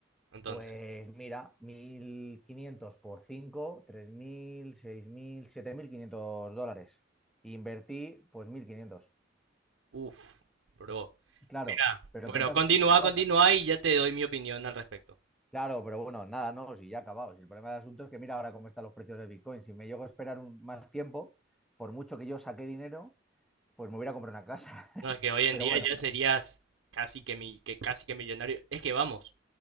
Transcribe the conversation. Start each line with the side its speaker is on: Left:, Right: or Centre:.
Right: Entonces,
Centre: Pues mira, 1.500 por cinco, tres mil, seis mil, siete mil quinientos dólares. Y Invertí pues 1.500.
Right: uff, bro.
Centre: Claro,
Right: Mira,
Centre: pero
Right: bueno,
Centre: ¿qué pasa?
Right: continúa,
Centre: ¿Qué pasa?
Right: continúa y ya te doy mi opinión al respecto.
Centre: Claro, pero bueno, nada, no, si ya acabado. Si el problema del asunto es que mira ahora cómo están los precios de Bitcoin. Si me llego a esperar un- más tiempo, por mucho que yo saque dinero, pues me hubiera comprado una casa. <laughs>
Right: No, es que hoy en
Centre: Pero
Right: día
Centre: bueno,
Right: ya Ok. serías casi que mi, que casi que millonario. Es que vamos,